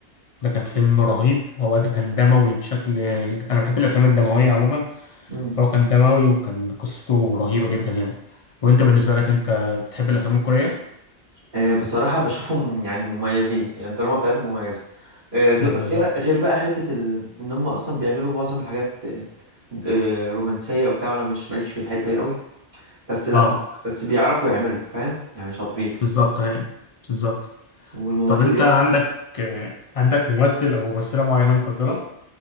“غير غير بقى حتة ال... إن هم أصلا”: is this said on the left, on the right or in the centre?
Right